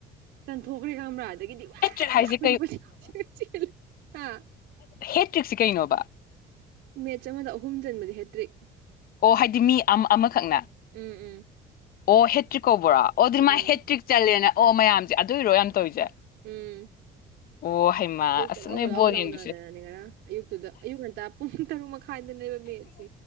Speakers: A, on the right; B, on the left.
A: ꯆꯟꯊꯣꯛꯈ꯭ꯔꯦ ꯈꯪꯕ꯭ꯔꯥ ꯑꯗꯒꯤꯗꯤ ꯋꯥ ꯑꯩꯈꯣꯏꯁꯦ
B: ꯍꯦꯇ꯭ꯔꯤꯛ ꯍꯥꯏꯁꯦ
A: ꯀꯣꯏꯁꯦ ꯀꯧꯁ ꯍꯥꯥ
B: ꯍꯦꯠꯇ꯭ꯔꯤꯛꯁꯤ ꯀꯩꯅꯣꯕ
A: ꯃꯦꯠꯆ ꯑꯃꯗ ꯑꯍꯨꯝ ꯆꯟꯕꯗꯤ ꯍꯦꯠꯇ꯭ꯔꯤ
B: ꯑꯣ ꯍꯥꯏꯗꯤ ꯃꯤ ꯑꯃ ꯑꯃꯈꯛꯅ
A: ꯎꯝ ꯎꯝ
B: ꯑꯣ ꯍꯦꯠ ꯀꯕ꯭ꯔꯣ ꯑꯣ ꯑꯗꯨ
A: ꯎꯝ
B: ꯃꯥ ꯍꯦꯇ꯭ꯔꯤꯛ ꯆꯠꯂꯦꯅ ꯑꯣ ꯃꯌꯥꯝꯁꯦ ꯑꯗꯨꯏꯔꯣ ꯌꯥꯝ ꯇꯧꯔꯤꯁꯦ
A: ꯎꯝ
B: ꯑꯣ ꯍꯩꯃꯥ
A: ꯑꯗꯨꯏ
B: ꯑꯁ
A: ꯈꯣꯠꯂꯥꯎ
B: ꯅꯣꯏ
A: ꯈꯣꯠꯂꯥꯎ
B: ꯕꯣꯜ
A: ꯂꯥꯎꯅꯗꯅꯅꯦ
B: ꯌꯦꯡꯕꯁꯦ
A: ꯉꯔ ꯑꯌꯨꯛꯇꯨꯗ ꯑꯌꯨꯛ ꯉꯟꯇꯥ ꯄꯨꯡ ꯇꯔꯨꯛ ꯃꯈꯥꯏꯗꯅꯦꯕ ꯃꯦꯠꯁꯦ